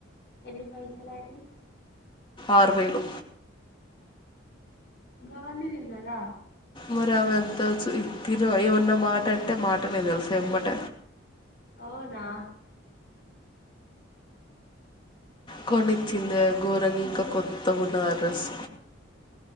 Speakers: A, on the left; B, on the left.
A: ఎన్ని పైసలైయింది.
B: ఆర్ వేల్లు
A: గవన్నీ తిన్నారా
B: మరి ఆమె తెల్సు ఇది తిను, ఏమన్న మాట అంటే మాటనే తెలుసా వెమ్మట
A: అవునా
B: కొనిచ్చిందే గోరన్ ఇంకా, కొత్తగ కుట్నా ఆ డ్రెస్స్